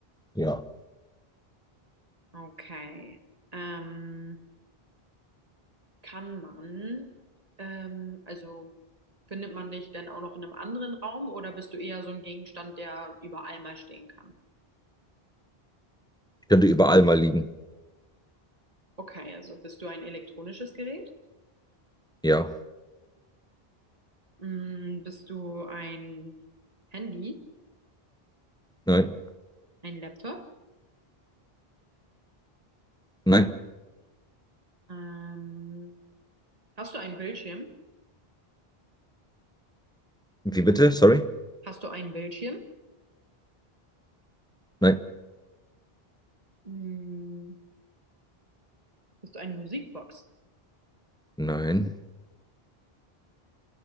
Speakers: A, in the centre; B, on the right.
A: Ja.
B: Okay. Ähm, kann man, ähm, also findet man dich denn auch noch in einem anderen Raum oder bist du eher so ein Gegenstand, der überall mal stehen kann?
A: Könnte überall mal liegen.
B: Okay, also bist du ein elektronisches Gerät?
A: Ja.
B: Mm, bist du ein Handy,
A: Nein.
B: ein Laptop?
A: Nein.
B: Ähm, Hast du einen Bildschirm?
A: Wie bitte? Sorry?
B: Hast du einen Bildschirm?
A: Nein.
B: Hm, bist du eine Musikbox?
A: Nein.